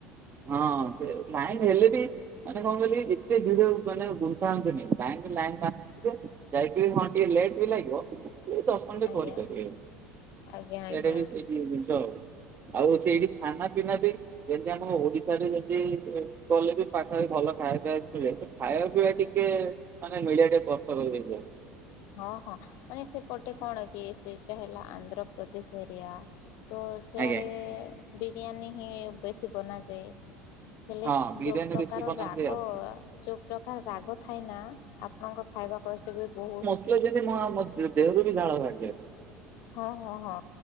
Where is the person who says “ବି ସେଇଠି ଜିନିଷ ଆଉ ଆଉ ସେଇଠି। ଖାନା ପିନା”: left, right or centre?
Right